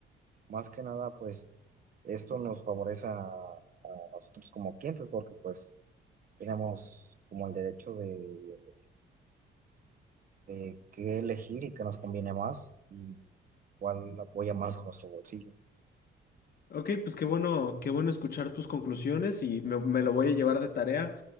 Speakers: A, on the right; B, on the left.
A: más que nada pues esto nos favorece a, a nosotros como clientes porque pues tenemos como el derecho de de qué elegir y qué nos conviene más y cuál apoya más a nuestro bolsillo.
B: Ok, pues qué bueno, qué bueno escuchar tus conclusiones y me, me lo voy a llevar de tarea